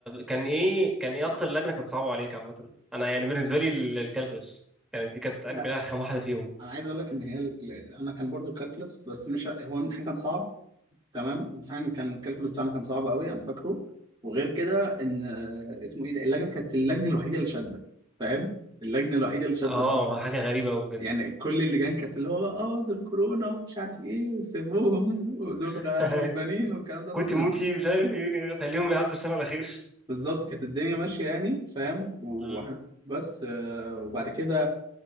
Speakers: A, in the centre; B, on the right (about 25°).
A: كان ايه كان ايه اكتر لجنه كانت صعبه عليك عامه انا يعني بالنسبه لي ال- الكالكولس كانت دي كانت يمكن
B: لا
A: ارخم واحده فيهم
B: انا عايز اقول لك ان هي ال... ال- انا كان برضو كالكلس بس مش ه- هو الامتحان كان صعب تمام الامتحان كان الكالكلس بتاعنا كان صعب قوي انا فاكره وغير كده ان آه، اسمه ايه ده اللجنه كانت اللجنه الوحيده اللي شاده فاهم اللجنه الوحيده اللي شاده
A: اه حاجه غريبه قوي بجد
B: يعني كل اللي جايين كانت اللي هو اه دول كورونا ومش عارف ايه وسيبوهم <laughs> ودول
A: <laughs>
B: غ- غلبانين والكلام ده
A: كنت
B: كنا
A: موتي مش عارف ايه يعني خليهم يعدوا السنه على خير
B: بالظبط كانت الدنيا ماشية يعني فاهم وإحنا-
A: مم.
B: بس آه، وبعد كده